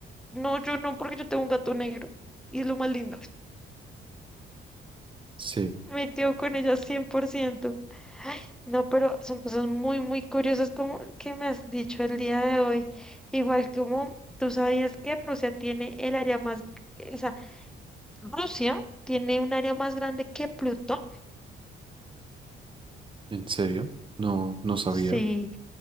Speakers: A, in the centre; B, on the right (about 25°).
A: No, yo no, porque yo tengo un gato negro. Y es lo más lindo.
B: Sí,
A: Me quedo con ella 100%. Ay, no, pero son cosas muy, muy curiosas como el que me has dicho el día de hoy. Igual como tú sabías que Rusia tiene el área más, o sea, Rusia tiene un área más grande que Plutón.
B: ¿en serio? No, no sabía.
A: Sí,